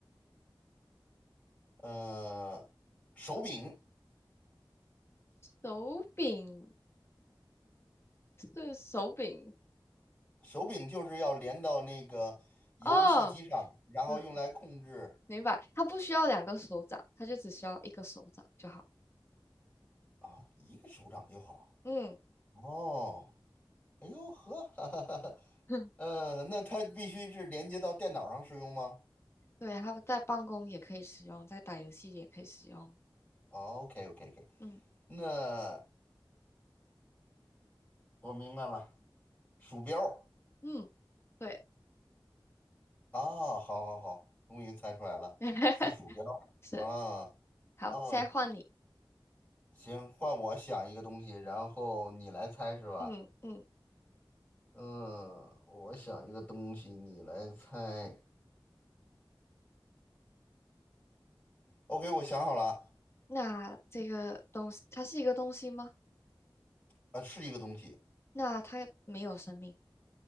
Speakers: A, on the left; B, on the left.
A: 呃手柄，
B: 手柄是手柄
A: 手柄就是要连到那个游戏机上，
B: 哦，
A: 然后用来控制
B: 嗯，明白，它不需要两个手掌，它就只需要一个手掌就好。
A: 啊，一个手掌就好。
B: 嗯，
A: 哦，哎呦呵，<laughs> 哈哈哈
B: <laughs>
A: 呃，那它必须是连接到电脑上使用吗
B: 对，它在办公也可以使用，在打游戏也可以使用。
A: ？OK OK OK，
B: 嗯
A: 那我明白了，鼠标。
B: 嗯，对，
A: 啊，好好好，终于猜出来了，
B: <laughs>
A: 是鼠标
B: 是，
A: 啊。
B: 好，
A: 哦，
B: 现在换你。
A: 行，换我想一个东西，然后你来猜是吧？
B: 嗯嗯，
A: 嗯，我想一个东西，你来猜。OK，我想好了，
B: 那这个东西，它是一个东西吗？
A: 呃，是一个东西，
B: 那它没有生命，